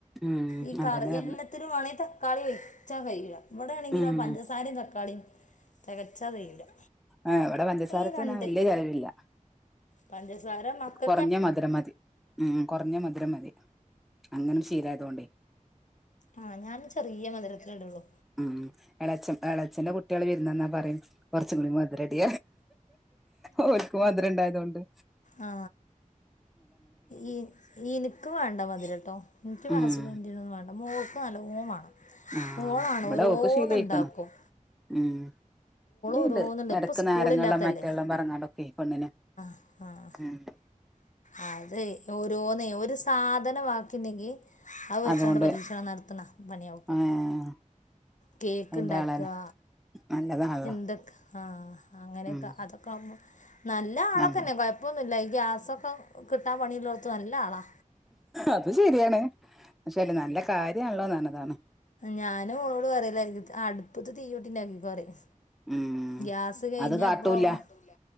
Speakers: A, in the centre; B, on the left (about 65°).
A: ഉം
B: ഈ കറി
A: അതന്നെ പറഞ്ഞെ
B: എല്ലത്തിനും വാണം തക്കാളിയേയ് ച്ചാ കയ്യൂല ഇവിടെ ആണെങ്കിലോ
A: ഉം
B: പഞ്ചസാരിം തക്കാളീം തെകച്ചാ തെയ്യൂലാ
A: ആഹ് ഇവിടെ പഞ്ചസാരക്ക്
B: ഈ രണ്ട്
A: ഞാൻ വല്യ ചെലവില്ല
B: പഞ്ചസാര മക്ക
A: കൊർഞ്ഞ മധുരം മതി ഉം കൊർഞ്ഞ മധുരം മതി അങ്ങനെ ശീലായതോണ്ടേയ്
B: ആഹ് ഞാനും ചെറിയ മധുരത്തിലെ ഇടൊള്ളു
A: ഉം എളച്ചൻ എളച്ചന്റെ കുട്ടികൾ വിര്ന്നന്നാ പറയും കൊർച്ചും കൂടി മധു രടീ അവർക്ക് മധുര ഇണ്ടായതൊണ്ട്
B: ആ ഈ ഇനിക്ക് വേണ്ട മധുരട്ടോ എനിക്ക്
A: ഉം
B: ഹസ്ബന്റിനൊന്നും വേണ്ട മോക്ക് നല്ലോം വാണം
A: ആഹ്
B: ഓളാണ്
A: ഇവിടെ
B: ഓരോന്ന്ണ്ടാക്കും
A: ഓക്ക് ശീലായിക്കണ് ഉം ഇവടീണ്ട്
B: ഓരോന്നുണ്ട്
A: എടക്ക്
B: ഇപ്പം സ്കൂളില്ലാത്തല്ലേ
A: നാരങ്ങള്ളും മറ്റെള്ളം പറങ്ങാണ്ടൊക്കെ പെണ്ണിന്
B: ആഹ്
A: ഉം
B: അഹ് അതെ ഓരോന്ന് ഒരു സാധനം ബാക്കിണ്ടെങ്കി അത് വെച്ചാണ്ട്
A: അതുകൊണ്ട്
B: പരീക്ഷണം നടത്ത്ണ പണിയാ ഓൾക്ക്
A: ഏഹ്
B: കേക്ക്ണ്ടാക്കാ
A: അയിന്റെ ആളന്നെ നല്ലതാണല്ലോ
B: എന്തൊക്ക ആഹ് അങ്ങനൊക്കെ
A: ഉം
B: അതൊക്കെ ആവുമ്പോ നല്ല ആളൊക്കെന്നെ
A: നമ്മ
B: കൊഴ് ഴ്പ്പൊന്നുംല്ല ഈ ഗ്യാസൊക്കെ കിട്ടാൻ പണിുള്ളള്ളോടത്തത്ത് നല്ല ആളാ
A: അത് ശരിയാണ് പക്ഷേ അല്ല നല്ല കാര്യണല്ലോന്നർഞ്ഞതാണ്
B: ഞാനു ഓളോട് പറലാ അടുപ്പത്ത് തീയൂട്ടിണ്ടാക്കിക്കോ പറിം
A: ഉം
B: ഗ്യാസ് കഴിഞ്ഞാപ്പൊ
A: അത് കാട്ടൂല്ല
B: കിട്ടൂല